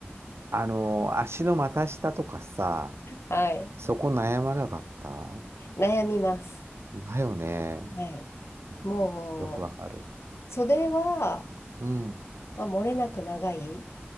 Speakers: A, on the right; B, on the left.
A: あの、足の股下とかさ、
B: はい。
A: そこ悩まなかった
B: 悩みます。
A: だよね。
B: はい。
A: うんよくわかる。
B: もう、袖は、
A: うん。
B: まあ、漏れなく長い